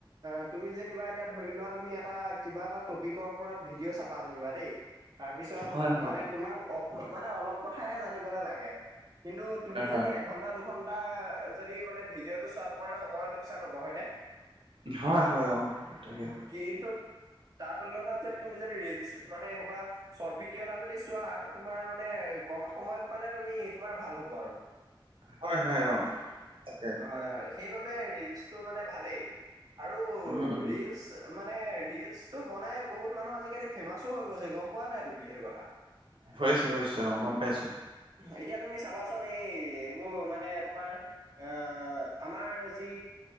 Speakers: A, on the right; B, on the right.
A: অ তুমি যেনিবা এতিয়া ধৰি লোৱা তুমি এটা কিবা এটা টপিকৰ ওপৰত ভিডিঅ' চাবা যেনিবা দেই, তাৰপিছত
B: হয় হয়।
A: মানে তোমাক অক মানে অলপ কথাহে জানিব লেলাগে কিন্তু তুমি
B: হয়
A: যদি
B: হয়
A: এক এঘন্টা, দুঘন্টা যদি মানে ভিডিঅ'টো চোৱা তোমাৰ সময়ৰ লোকচান হ'ব হয়নে?
B: হয়, হয়, অ তাকে।
A: কিন্তু তাৰ তুলনাত যদি তুমি যদি ৰিলচ মানে এনেকুৱা চত ভিডিও দ্বিতীয়টা যদি চোৱা তোমাৰ মানে কম সময়ত মানে তুমি তোমাৰ ভাল হ'ব আৰু।
B: হয়, হয়, অ তাকে।
A: হয়, হয় সেইবাবে ৰিলচটো মানে ভালেই আৰু
B: উম উম।
A: ৰিলচ মানে ৰিলচটো বনাই বহুত মানুহ আজিকালি ফেমাচো হৈ গৈছে, গম পোৱা নাই তুমি সেইটো কথা।
B: হৈছে হৈছে অ গম পাইছো।
A: এতিয়া তুমি চাবাচোন এই এইবোৰ মানে তোমাৰ আহ আমাৰ যি